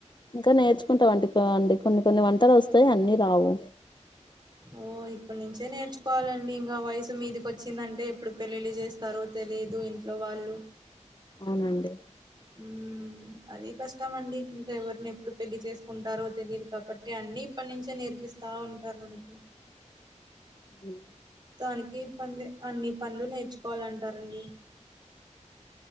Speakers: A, on the left (about 35°); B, on the right (about 35°).
A: ఇంకా నేర్చుకుంటాం అండి కొన్ని కొన్ని వంటలు వస్తాయి అన్ని రావు
B: ఓ ఇప్పటి నుంచే నేర్చుకోవాలండి ఇంకా వయసు మీదిక వచ్చిందంటే ఎప్పుడు పెళ్లిలు చేస్తారో తెలిదు ఇంట్లో వాళ్ళు
A: అవునండి
B: హ్మ అది కష్టం అండి ఇంకా ఎవరిని ఎప్పుడు పెళ్లి చేసుకుంటారో తెలియదు కాబట్టి అన్ని ఇప్పటి నుంచే నేర్పిస్త తా ఉంటారు మనకి
A: ఉ
B: దానికి ఇబ్బందే అన్ని పనులు నేర్చుకోవాలి అంటారు అండి